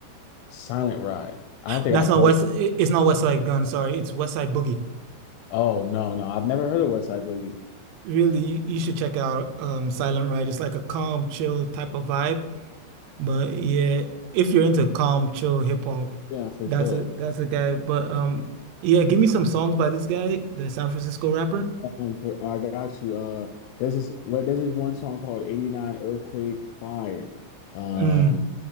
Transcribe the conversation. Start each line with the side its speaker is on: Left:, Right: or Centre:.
Left: Silent Ride. I don't think
Right: That's
Left: I've
Right: not
Left: heard.
Right: West. i- It's not West Side Gun. Sorry, it's West Side Boogie.
Left: Oh no, no, I've never heard of West Side Boogie.
Right: Really, you, you should check out um Silent Ride. It's like a calm, chill type of vibe But yeah, if you're into calm, chill hip hop,
Left: Yeah, for
Right: that's
Left: sure.
Right: a that's a guy. But um, yeah, give me some songs by this guy, the San Francisco rapper.
Left: Um, for- I got you. Uh, there's this what there's this one song called "89 Earthquake Fire." Um,
Right: Mm.